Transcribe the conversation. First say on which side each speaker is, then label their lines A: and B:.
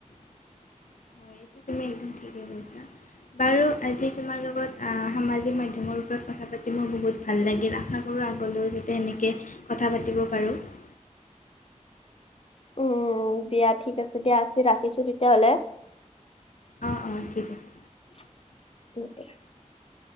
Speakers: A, on the left (about 85°); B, on the left (about 50°).
A: উ হয় এইটো তুমি একদম ঠিকেই কৈছা বাৰু আজি তোমাৰ লগত সামাজিক মাধ্যমৰ ওপৰত <unintelligible> কথা পাতি মই বহুত ভাল লাগিল আশা কৰোঁ আগলৈও যাতে সেনেকৈ কথা পাতিব পাৰোঁ <unintelligible> <inaudible>
B: উম দিয়া ঠিক আছে দিয়া আজি ৰাখিছো তেতিয়াহ'লে <unintelligible>
A: অ অঁ ঠিক আছে
B: <inaudible>